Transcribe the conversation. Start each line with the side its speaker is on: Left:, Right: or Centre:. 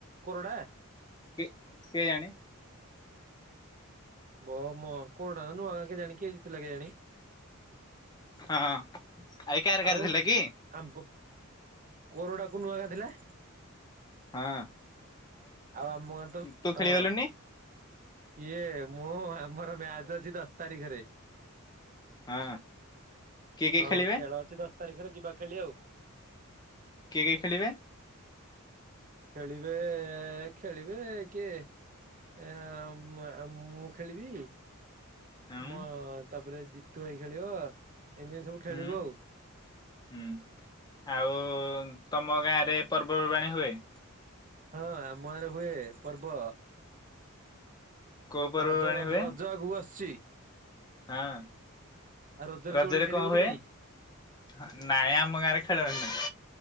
Right: କୋରଡ଼ା
Left: କେ କେଏ ଜାଣି
Right: ବୋ ମୋ କୋଉଟା ନା ନୂଆଁ କ କେ ଜାଣି କିଏ ଜିତିଥିଲା କେ ଜାଣି
Left: ହଁ ଆଜି କାରକାର
Right: ଆଉ
Left: ଥିଲା କି?
Right: ଆମ୍ବ କୋରଡାକୁ ନୂଆଗାଁ ଥିଲା
Left: ହଁ
Right: ଆଉ ଆମକୁ ତ
Left: ତୁ ଖେଳିଗଲୁନି
Right: ହଁ ଇଏ ମୁଁ ଆମର ମ୍ୟାଚ ଅଛି ଦଶ ତାରିଖରେ
Left: ହଁ କିଏ କିଏ
Right: ହଁ
Left: ଖେଳିବେ
Right: ଖେଳ ଅଛି ଦଶ ତାରିଖରେ ଯିବା ଖେଳି ଆଉ
Left: କିଏ କିଏ ଖେଳିବେ?
Right: ଖେଳିବେ ଖେଳିବେ କିଏ? ଏ ମୁଁ ଖେଳିବି
Left: ହୁଁ
Right: ମୋ ତାପରେ ଜିତୁ ଭାଇ ଖେଳିବ ଏମିତି ଏତି ସବୁ
Left: ହୁଁ
Right: ଖେଳିବ ଆଉ
Left: ହୁଁ ଆଉ ତମ ଗାଁ ରେ ପର୍ବପର୍ବାଣୀ ହୁଏ
Right: ହଁ ଆମ ଆରେ ହୁଏ ପର୍ବ
Left: କୋଉ ପର୍ବପର୍ବାଣୀ
Right: ରଜ ରଜ
Left: ହୁଏ?
Right: ରଜ ଆଗକୁ ଆସୁଛି
Left: ହଁ
Right: ଆଉ
Left: ରଜରେ
Right: ଦୋଳି ଖେଳିବୁ
Left: କଣ
Right: କି
Left: ହୁଏ?
Right: ନାଇଁ?
Left: ହଁ ନାଇଁ ଆମ ଗାଁରେ ଖେଳ ହୁଏ ନି ତ?